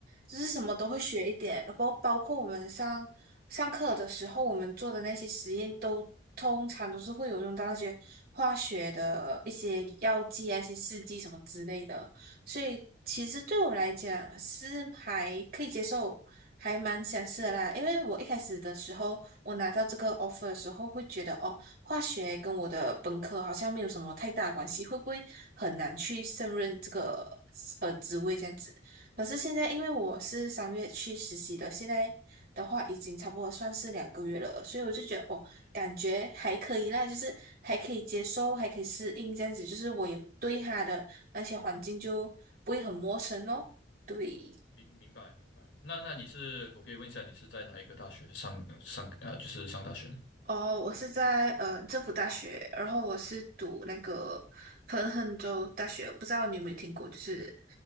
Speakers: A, on the right; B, on the left.
A: 就是什么都会学一点，
B: 嗯
A: 然后包括我们上上课的时候，我们做的那些实验都通常都是会有用到那些化学的一些药剂啊、一些试剂什么之类的，所以其实对我来讲是还可以接受，
B: 嗯
A: 还蛮相似的啦。因为我一开始的时候，
B: 嗯
A: 我拿到这个 offer 的时候，会觉得哦。化学跟我的本科好像没有什么太大关系，会不会很难去胜任这个呃职位这样子？可是现在因为我是三月去实习的，现在的话已经差不多算是两个月了，所以我就觉得哦，
B: 嗯，
A: 感觉还可以啦，就是还可以接受，还可以适应这样子，就是我有对他的那些环境就不会很陌生咯。对，
B: 明明白明白。那那你是我可以问一下，你是在哪一个大学上上呃就是上大学吗
A: 哦，我是在呃政府大学，然后我是读那个彭亨州大学，不知道你有没有听过，就是